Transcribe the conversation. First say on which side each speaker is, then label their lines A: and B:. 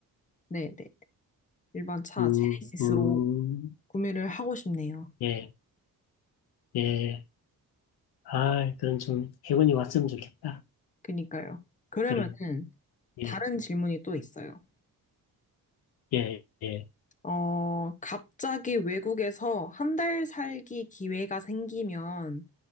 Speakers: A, on the left; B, on the left.
A: 네네. 일반 차,
B: 음,
A: 제네시스로.
B: 음,
A: 구매를 하고 싶네요.
B: 예, 예, 아, 그럼 좀 해운이 왔으면 좋겠다.
A: 그니까요. 그러면은
B: 그래,
A: 다른
B: 예,
A: 질문이 또 있어요.
B: 예, 예.
A: 어, 갑자기 외국에서 한 달 살기 기회가 생기면